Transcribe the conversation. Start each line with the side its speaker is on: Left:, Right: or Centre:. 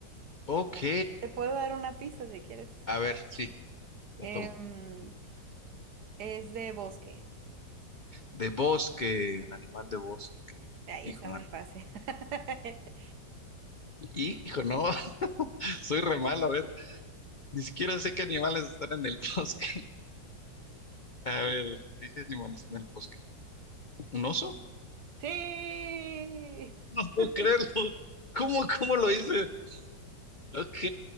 Left: Ok.
Right: Te puedo dar una pista si quieres.
Left: A ver, sí, lo
Right: Em,
Left: tomo.
Right: es de bosque.
Left: De bosque, un animal de bosque.
Right: Ahí
Left: Hijo,
Right: está
Left: man.
Right: muy fácil. <laughs>
Left: Hijo, no. <laughs> Soy re malo, a ver. Ni siquiera sé qué animales están en el bosque. <laughs> A ver, ¿qué qué animales están en el bosque? ¿Un oso?
Right: Sí.
Left: No puedo
Right: <laughs>
Left: creerlo. ¿Cómo, cómo lo hice? Ok.